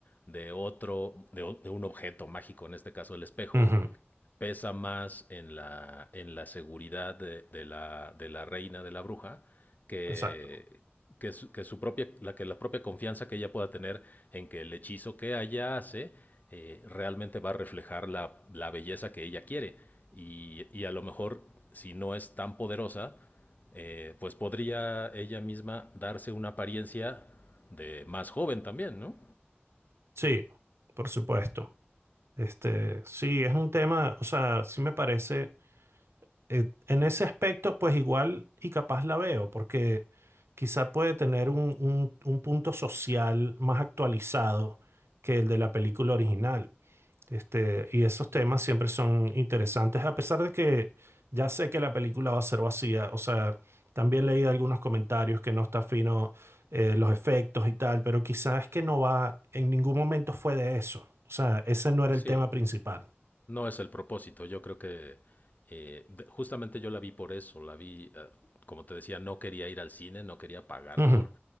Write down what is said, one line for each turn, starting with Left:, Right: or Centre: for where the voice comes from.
Left: de otro, de, o- de un objeto mágico, en este caso el espejo,
Right: ujú,
Left: pesa más en la, en la seguridad de, de la, de la reina de la bruja que,
Right: exacto.
Left: que su, que su propia, la, que la propia confianza que ella pueda tener en que el hechizo que ella hace eh, realmente va a reflejar la, la belleza que ella quiere. Y, y, a lo mejor, si no es tan poderosa, eh, pues podría ella misma darse una apariencia de más joven también, ¿no?
Right: Sí, por supuesto. Este, sí, es un tema, o sea, sí me parece, eh, en ese aspecto, pues igual y capaz la veo, porque quizá puede tener un, un un punto social más actualizado que el de la película original. Este, y esos temas siempre son interesantes, a pesar de que ya sé que la película va a ser vacía. O sea, también leí algunos comentarios que no está fino eh, los efectos y tal, pero quizás es que no va, en ningún momento fue de eso. O sea, ese no era
Left: Sí,
Right: el tema principal.
Left: No es el propósito. Yo creo que eh, de- justamente yo la vi por eso. La vi, eh, como te decía, no quería ir al cine, no quería pagar
Right: Ujú.
Left: por